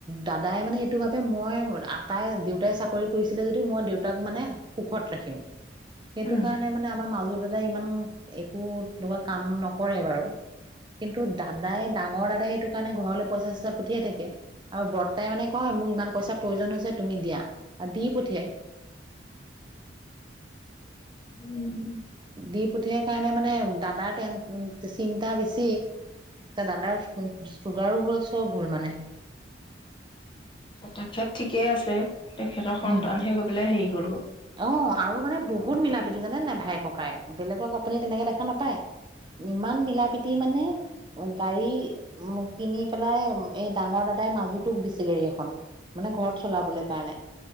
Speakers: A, on the right; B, on the left.
A: দাদাই মানে এইটো ভাবে মই আটাই দেউতাই চাকৰি কৰিছিলে যদিও মই দেউতাক মানে সুখত ৰাখিম। সেইটো
B: উম
A: কাৰণে মানে আমাৰ মাজুল দাদা ইমান একো তেনেকুৱা কাম নকৰে বাৰু, কিন্তু দাদাই ডাঙৰ দাদাই সেইটো কাৰণে ঘৰলৈ পইচা- চইচা পঠিয়াই থাকে আৰু বৰ্তাই মানে কয় মোক ইমান পইচাৰ প্ৰয়োজন হৈছে তুমি দিয়া আৰু দি পঠিয়ায়।
B: উম
A: দি পঠিয়ে কাৰণ নেমানে দাদাৰে তেন চিন্তা বেছি টা দাদাৰ চুগাৰো হল চব হল মানে।
B: তাখেত ঠিকে আছে। তেখেতৰ সন্তানহে
A: উম।
B: গৈ পেলাই হেৰি গ'ল।
A: অ', আৰু মানে বহুত মিলা-প্ৰীতি
B: হ'ল
A: জানে নাই ভাই-ককায়েৰ? বেলেগক আপুনি তেনেকে দেখা নাপায়। ইমান মিলা-প্ৰীতি মানে গাড়ী উ কিনি পেলাই এই ডাঙৰ দাদাই মাজুটোক দিছে গাড়ী এখন, মানে ঘৰত চলাবলে কাৰণে।